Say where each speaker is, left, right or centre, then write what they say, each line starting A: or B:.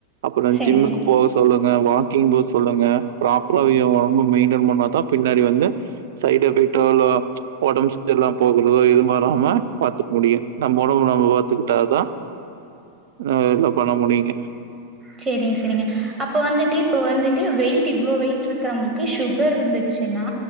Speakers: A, on the right; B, on the right.
A: அப்புறோ
B: சரிங்க.
A: ஜிம்முக்கு போக ஸ் சொல்லுங்க வாக்கிங் போவ் சொல்லுங்க ப்ராப்பரா வியு ஒடம்ப மெயின்டென் பண்ணாத்தா பின்னாடி வந்து சைட் எஃபெக்ட் அதெல்லா ஒடம் செரில்லாம் போகுறுதோ எதும் வராம பாத்துக் முடியு. நம்மப ஒடம்ப நம்ப பாத்துக்கிட்டாதா ந எல்லா பண்ண முடியுங்க.
B: சேரிங் செரிங்க‌. அப்ப வந்துட்டு இப்ப வந்துட்டு வெய்ட் இவ்ளோ வெயிட் இருக்கறவங்களுக்கு சுகர் இருந்துச்சுன்னா